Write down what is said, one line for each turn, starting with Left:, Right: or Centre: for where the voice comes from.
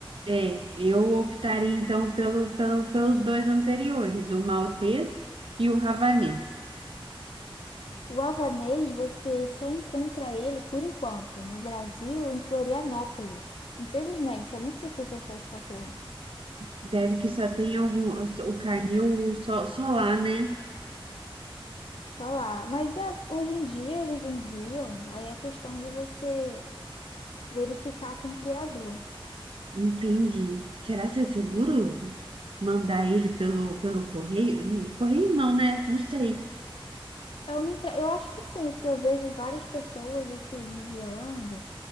Right: é, eu optaria então pelo, pelo- pelos dois anteriores, o maltês e o ravanês.
Left: O havanês, você só encontra ele, por enquanto, no Brasil, em Florianópolis. Infelizmente, é muito difícil achar esse cachorro.
Right: Deve que só tem algum, o carnil só, só lá, né?
Left: Só lá. Mas é, hoje em dia eles enviam, aí é questão de você verificar com o criador.
Right: Entendi. Será que é seguro mandar ele pelo, pelo correio? No- Correio não, né? Não sei.
Left: Eu me entre... Eu acho que sim, porque eu vejo várias pessoas assim enviando